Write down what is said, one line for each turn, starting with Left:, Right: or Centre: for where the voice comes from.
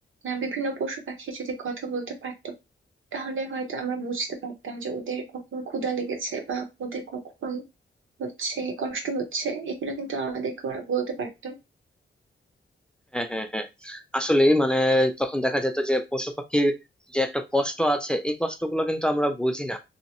Right: আহ, বিভিন্ন পশু পাখি যদি কথা বলতে পারতো তাহলে হয়তো আমরা বুঝতে পারতাম যে ওদের কখন ক্ষুধা লেগেছে বা ওদের কখন হচ্ছে কষ্ট হচ্ছে এগুলো কিন্তু আমাদেরকে ওরা বলতে পারতো
Centre: হ্যাঁ হ্যাঁ হ্যাঁ আসলে মানে তখন দেখা যেত যে পশু পাখির যে একটা কষ্ট আছে এই কষ্টগুলো কিন্তু আমরা বুঝি না